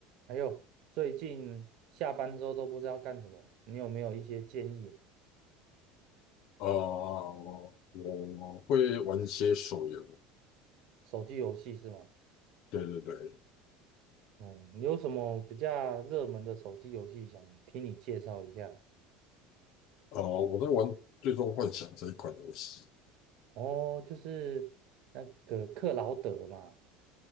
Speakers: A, on the right (about 50°); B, on the left (about 55°).
A: 还有最近下班之后都不知道干什么，你有没有一些建议？
B: 呃，我会玩一些手游，
A: 手机游戏是吗？
B: 对对对，
A: 哦，你有什么比较热门的手机游戏想听你介绍一下？
B: 呃，我在玩《最终幻想》这一款游戏，
A: 哦，就是那个克劳德嘛，